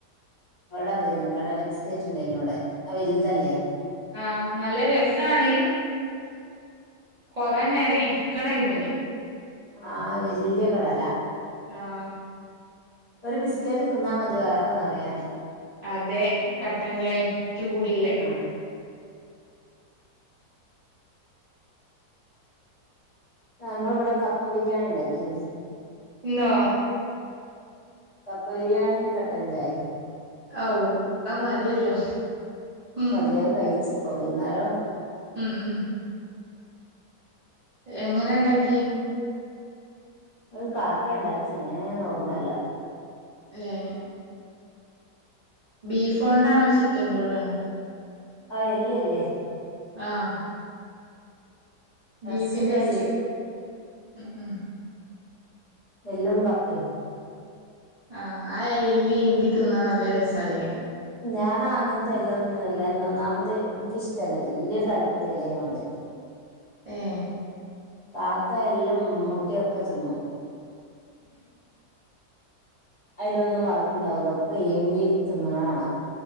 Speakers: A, on the left; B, on the right.
A: ഇവടെ അതേനി കടല ബിസ്കറ്റ് ഇണ്ടേനി ഇവടെ ആ വല്തല്ലേ
B: ആഹ് നല്ല രസാണ് കൊറെ നേരം ഇരിക്കണം അയിമ്മല്
A: ആഹ് വെല്ല്യ കടല
B: ആഹ്
A: ഒരു ബിസ്ക്കറ്റ് തിന്നാ മതി വയറ് നറയാന്
B: അതെ കട്ടൻചായിം ചൂട്ല്ലേ
A: ആഹ് ഞങ്ങള് ഇവടെ കപ്പ ബിരിയാണി ഇണ്ടാക്കീനി
B: ഇന്നോ
A: കപ്പ ബിരിയാണിം കട്ടൻചായിം
B: അവു അഹ് മതിയല്ലോ ഉം
A: ഇഞ്ഞ് അഹ് കഴിച്ച് ഇപ്പൊ വൈന്നാരോ
B: ഉം ഉം എങ്ങനെ ഇണ്ടാക്കിയേ
A: അഹ് കാക്കെ ഇണ്ടാക്കിയെ എങ്ങനേന്ന് ഓർമ്മല്ല
B: ഏഹ് ബീഫോണ്ടാണോ ചിക്കന്റോടെണോ
A: ആഹ് എല്ല് ഇല്ലേ
B: ആഹ് ബീഫിന്റെ
A: എറച്ചിന്റെ
B: എല്ല് ഉം ഉം
A: എല്ലും കപ്പേം
B: ആഹ് ആ എല്ല് ഈമ്പി തിന്നാ നല്ല രസല്ലേ
A: ഞാനാ അങ്ങത്തെ എല്ലോന്നും അല്ലാരുന്നു ഒന്നാമത് ഇന്ക്കിഷ്ടല്ല വെല്ല്യൊരു താല്പര്യല്ല ഇതിനോണ്ട്
B: ഏഹ്
A: കാക്ക എല്ലും മുട്ടിയൊക്കെ തിന്നും അയിലൊന്നും ബാക്കി ഇണ്ടാവുല്ല ഒക്കെ ഈമ്പി തിന്നണ കാണാ